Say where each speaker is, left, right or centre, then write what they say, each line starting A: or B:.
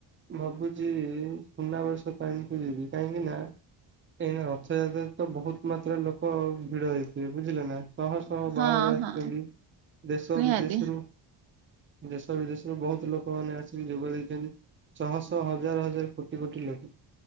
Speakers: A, on the right; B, on the right.
A: ଭାବୁଛି ସୁନାବେସ ପାଇଁକି ଯିବି କାହିଁକି ନା ଏଇ ରଥଯାତ୍ରାରେ ତ ବହୁତ ମାତ୍ରାରେ ଲୋକ ଭିଡ ହେଇଥିବେ ବୁଝିଲେ ନା? ଶହ ଶହ
B: ହଁ
A: ବାହାରୁ ଆସିଛନ୍ତି
B: ହଁ
A: ଦେଶ
B: ନିହାତି
A: ବିଦେଶରୁ ଦେଶ ବିଦେଶରୁ ବହୁତ ଲୋକମାନେ ଆସିକି ଯୋଗ ଦେଇଛନ୍ତି। ଶହ ଶହ ହଜାର ହଜାର କୋଟି କୋଟି ଲୋକ